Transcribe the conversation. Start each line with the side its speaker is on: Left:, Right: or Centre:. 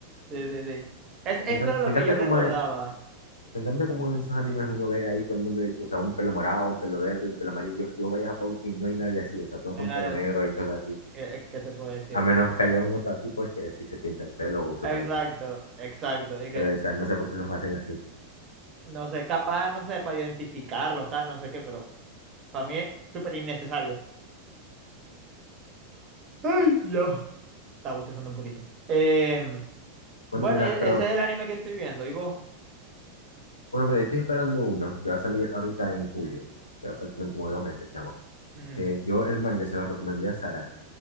Right: sí, sí, sí. Es, esto
Left: Me encanta,
Right: era lo
Left: me
Right: que
Left: encanta
Right: yo recordaba,
Left: como, e, me encanta como en esos animes uno ve ahí todo el mundo, o sea, un pelo morado, un pelo verde, un pelo amarillo, y vos vayas a Japón y no hay nadie así, o sea, todos
Right: no
Left: son
Right: hay nada,
Left: pelo negro
Right: eh,
Left: y cosas así.
Right: eh, ¿qué te puedo decir?
Left: A menos que haya un otaku, pues que sí se pinta el pelo o su
Right: Exacto,
Left: peluca.
Right: exacto. Y que
Left: Pero, o sea, no sé por qué los hacen así.
Right: no sé, capaz, no sé, para identificarlos, tal, no sé qué, pero para mí es súper innecesario. Ay, ya. Estaba bostezando un poquito. Em,
Left: Bueno,
Right: bueno,
Left: mira,
Right: y ese
Left: pero,
Right: es el anime que estoy viendo. ¿Y vos?
Left: bueno, mira, yo estoy esperando uno que va a salir ahorita en julio, que va a faltar como dos meses, chamo.
Right: Ujú.
Left: Que yo el manga se lo recomendé a Sara